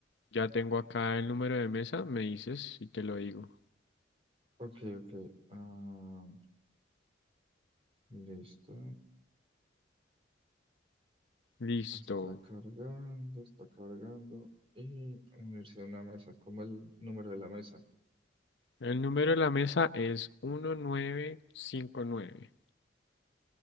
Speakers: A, on the left; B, on the right.
A: Ya tengo acá el número de mesa, me dices y te lo digo.
B: Ok, ok. Ah, listo.
A: Listo.
B: Está cargando, está cargando. Y unirse a una mesa. Como el número de la mesa.
A: El número de la mesa es uno nueve cinco nueve